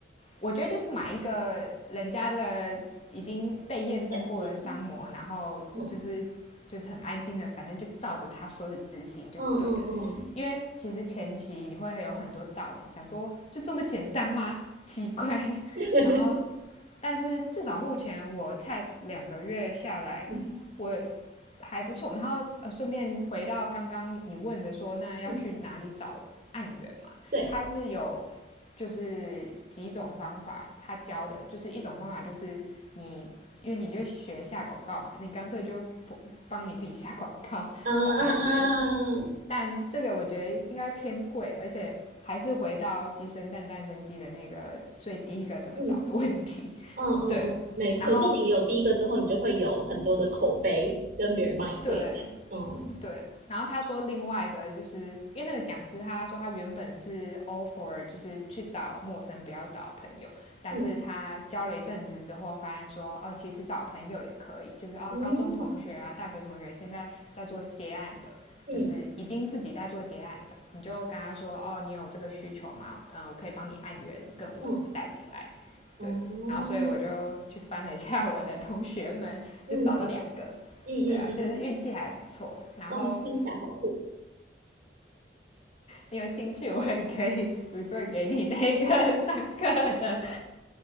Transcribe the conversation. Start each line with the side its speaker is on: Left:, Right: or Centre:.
Left: 我觉得就是买一个人家的已经被验证过的商模，
Right: 面试，
Left: 然后就是就是很安心的，
Right: 嗯
Left: 反正就照着他说的执行就对了。
Right: 嗯嗯嗯
Left: 因为其实前期你会有很多 doubt，想说就这么简单吗？奇怪。<laughs>
Right: <laughs>
Left: 然后但是至少目前我 test 两个月下来，
Right: 嗯
Left: 我还不错。然后呃，顺便回到刚刚你问的说，那要去哪里找案源嘛？
Right: 嗯，对，
Left: 它是有就是几种方法，他教的就是一种方法就是你因为你就学下广告嘛，你干脆就帮你自己下广告找案源。
Right: 嗯嗯嗯嗯嗯。
Left: <laughs> 但这个我觉得应该偏贵，而且还是回到鸡生蛋，蛋生鸡的那个最第一个怎么找的问题。
Right: 嗯嗯嗯嗯，
Left: 对，
Right: 没错，
Left: 然后
Right: 就你有第一个之后，你就会有很多的口碑跟别人帮你推荐。
Left: 对
Right: 嗯
Left: 对，然后他说另外一个就是因为那个讲师他说他原本是 offer 就是去找陌生不要找朋友，但是他教了一阵子之后发现说哦其实找朋友也可以，
Right: 嗯
Left: 就是哦高中同学啊大学同学现在在做接案的，
Right: 嗯嗯
Left: 就是已经自己在做接案的，你就跟他说哦你有这个需求吗？嗯我可以帮你按源更稳的带进来，
Right: 嗯，哦，
Left: 对，然后所以我就去翻了一下我的同学们，
Right: 嗯嗯
Left: 就找到两个，
Right: 嗯嗯，
Left: 对啊，就是运气还不错。然后
Right: 哇，听起来好酷。
Left: 你有兴趣，我也可以 refer 给你那个上课的。